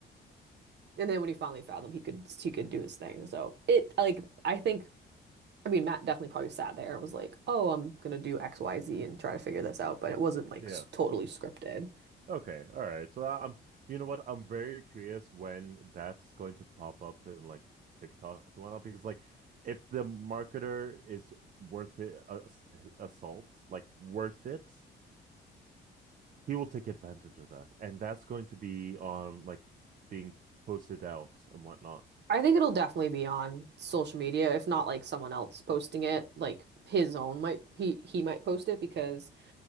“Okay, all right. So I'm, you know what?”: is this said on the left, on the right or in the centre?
Right